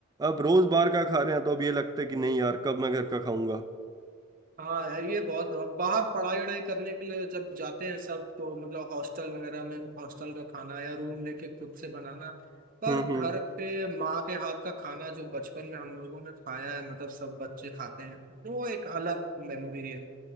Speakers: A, on the right; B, on the right.
A: अब रोज बाहर का खा रहे हैं तो अब ये लगता है कि नहीं यार कब मैं घर का खाऊंगा
B: हाँ यार ये बहुत अब बाहर पढ़ाई वढ़ाई करने के लिए जब जाते हैं सब तो मतलब हॉस्टल वगैरह में हॉस्टल का खाना या रूम लेके खुद से बनाना पर
A: हम्म
B: घर
A: हम्म
B: पे माँ के हाथ का खाना जो बचपन में हम लोगों ने खाया है मतलब सब बच्चे खाते हैं वो एक अलग मेमोरी है